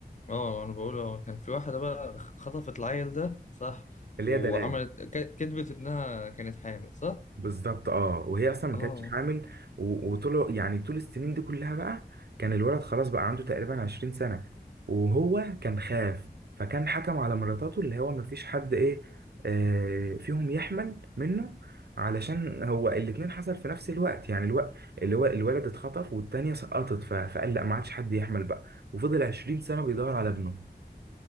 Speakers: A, on the left (about 45°); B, on the right (about 75°).
A: اه انا بقول هو كان في واحده بقى خطفت العيل ده صح
B: اللي
A: وعملت
B: هي دلال
A: ك- كذبت انها كانت حامل صح
B: بالظبط اه وهي اصلا ما
A: اه
B: كانتش حامل و- وطول يعني طول السنين دي كلها بقى كان الولد خلاص بقى عنده تقريبا 20 سنة وهو كان خاف فكان حكم على مراتاته اللي هو ما فيش حد ايه آه فيهم يحمل منه علشان هو الاتنين حصل في نفس الوقت يعني الوقت اللي هو الولد اتخطف والتانية سقطت ف- فقال لا ما عادش حد يحمل بقى وفضل 20 سنة بيدور على ابنه